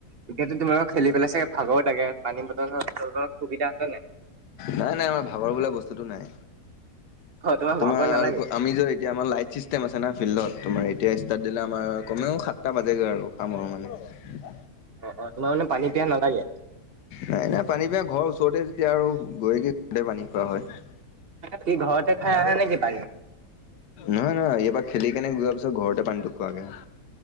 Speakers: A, on the right; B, on the left.
A: এতিয়াতো তোমালোকৰ খেলি পেলাই চাগে ভাগৰ লাগে পানী বটল সুবিধা আছে নাই।
B: নাই নাই আমাৰ ভাগৰ বোলা বস্তুটো নাই
A: অ
B: তোমাৰ
A: ভাগৰ নালাগে
B: আৰু কোৱা এতিয়া আমাৰ লাইট ফিছ আছে না ফিল্ডত তোমাৰ এতিয়া ষ্টাৰ্ট দিলে আমাৰ কমেও সাতটা বাজেগৈ আৰু কামৰ মানে।
A: অ অ তোমাৰ মানে পানী পিয়া নালাগে।
B: নাই নাই পানী পা ঘৰৰ ওচৰতে যেতিয়া আৰু গৈ কি ঘৰতে পানী খোৱা হয়।
A: সি ঘৰতে খাই আহে নেকি পানী?
B: নহয় নহয় ই এবাৰ খেলি কেনে যোৱাৰ পিছত ঘৰতে পানীটো খোৱাগে হয়।